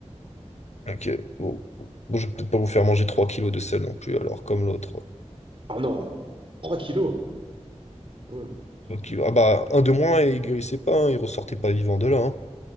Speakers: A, on the left; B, on the right.
A: Ok. Bon, Bon, je vais peut-être pas vous faire manger 3 kilos de sel non plus, alors comme l'autre.
B: Oh non, 3 kilos. Mm.
A: 3 kilos. Ah bah, un de moins et il guérissait pas, hein, il ressortait pas vivant de là. hein.